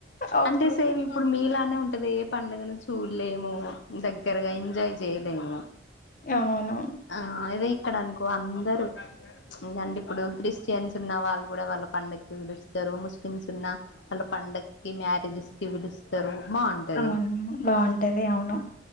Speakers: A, on the left; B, on the left.
A: అవును
B: అంటే సేమ్ ఇప్పుడు మీలానే ఉంటది ఏ పండగ నుంచ్ చూల్లేము దగ్గరగా ఎంజాయ్ చేయలేము
A: అవును
B: ఆ ఇది ఇక్కడ అనుకో అందరు ప్చ్ ఏందంటే ఇప్పుడు క్రిస్టియన్స్ ఉన్న వాళ్ళు కూడా వాళ్ళ పండక్కి పిలుస్తారు ముస్లిమ్స్. ఉన్నా వాళ్ళ పండక్కి మ్యారేజెస్ కి పిలుస్తారు బాగుంటది
A: అవును బాగుంటది అవును